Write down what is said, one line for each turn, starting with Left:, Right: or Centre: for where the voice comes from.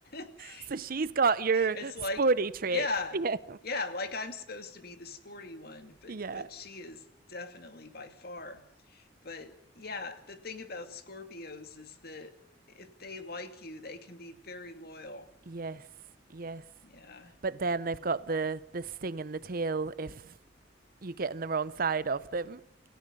Left: <laughs>
Right: So she's got your
Left: it's
Right: sporty
Left: like,
Right: traits.
Left: yeah,
Right: <laughs> Yeah.
Left: yeah, like I'm supposed to be the sporty one, but
Right: Yeah.
Left: but she is definitely by far. But yeah, the thing about Scorpios is that if they like you, they can be very loyal.
Right: Yes, yes.
Left: Yeah.
Right: But then they've got the the sting in the tail if you get in the wrong side of them.